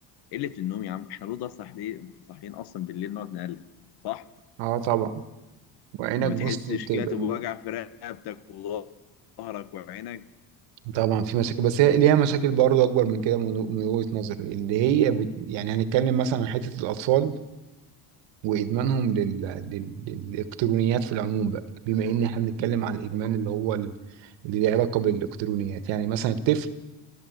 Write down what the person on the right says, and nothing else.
اه طبعا وعينك
بص بتبقى
طبعا في مشاكل بس هي ليها مشاكل برضو اكبر من كده من من وجهة نظري اللي هي بت... يعني هنتكلم مثلا عن حتة الاطفال وادمانهم لل... لل... للالكترونيات في العموم بقى بما ان احنا بنتكلم عن الادمان اللي هو ال- اللي له علاقة بالالكترونيات يعني مثلا الطفل